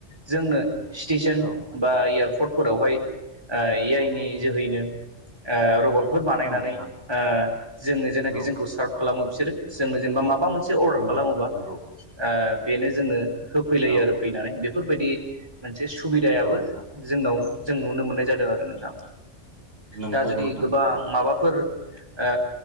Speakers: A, on the right; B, on the right.
A: जोंनो स्टेसन
B: औ नोंथां
A: बा एयारपर्ट फोरावहाय ए आइ नि जोहैनो ओ रबट फोर बानायनानै
B: औ नोंथां
A: ओ जोंनो जायनाखि
B: औ
A: जोंखौ सार्प खालामो बिसोरो जोंनो जेनबा माबा मोन सो अरदार
B: नंगौ
A: खालामोब्ला
B: नंगौ
A: ओ बेनो जोंनो होफैलायो
B: औ
A: आरो फैनानै बेफोरबायदि मोनसे सुबिदायाबो
B: औ नोंथां
A: जोंनाव जों नुनो मोननाय जादों आरो नोंथां
B: नंथारगौ
A: दा जुदि
B: नोंथां
A: गोबां
B: नंथारगौ
A: माबाफोर ओ